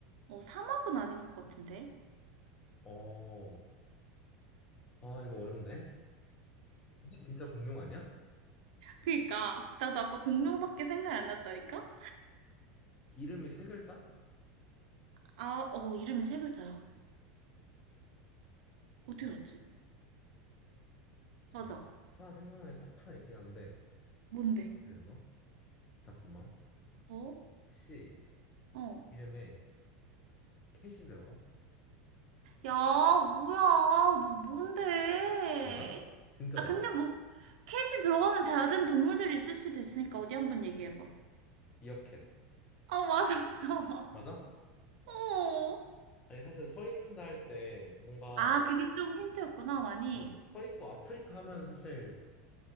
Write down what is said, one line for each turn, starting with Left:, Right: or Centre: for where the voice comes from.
Right: 어, 사막은 아닌 것 같은데?
Left: 어, 아, 이거 어렵네. 이게 진짜 공룡 아니야?
Right: 그니까. 나도 아까 공룡밖에 생각이 안 났다니까?
Left: 이름이 세 글자?
Right: 아, 어, 이름이 세 글자야. 어떻게
Left: 어,
Right: 알았지?
Left: 잠깐.
Right: 맞아.
Left: 하나 생각나는 게 딱 하나 있긴 한데,
Right: 뭔데?
Left: 말하려나? 잠깐만.
Right: 어?
Left: 혹시
Right: 어.
Left: 이름에 캣이 들어가?
Right: 야, 뭐야, 너 뭔데?
Left: 맞아? 진짜
Right: 아,
Left: 맞아?
Right: 근데 뭐, 캣이 들어가는 다른 동물들이 있을 수도 있으니까 어디 한번 얘기해봐.
Left: 미어캣
Right: 아, 맞았어.
Left: 맞아?
Right: <laughs> 어.
Left: 아니 사실 서 있는다 할 때 뭔가
Right: 아, 그게 좀 힌트였구나, 많이.
Left: 음, 서 있고 아프리카 하면 사실